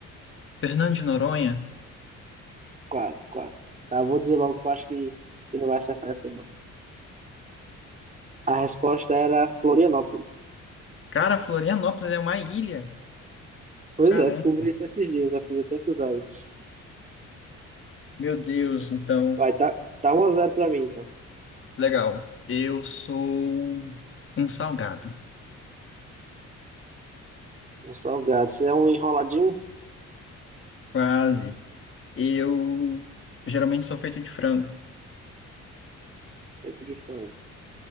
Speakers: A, on the left; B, on the right.
A: Fernando de Noronha?
B: Quase, quase. Tá, eu vou dizer logo que eu acho que você não vai acertar essa, não. A resposta era Florianópolis.
A: Cara, Florianópolis é uma ilha.
B: Pois
A: Caramba.
B: é, descobri isso esses dias, eu fiz, eu tenho que usar isso.
A: Meu Deus, então.
B: Vai, tá, tá um a zero pra mim, então.
A: Legal. Eu sou um salgado.
B: Um salgado. Você é um enroladinho
A: Quase. Eu geralmente sou feito de frango.
B: feito de frango.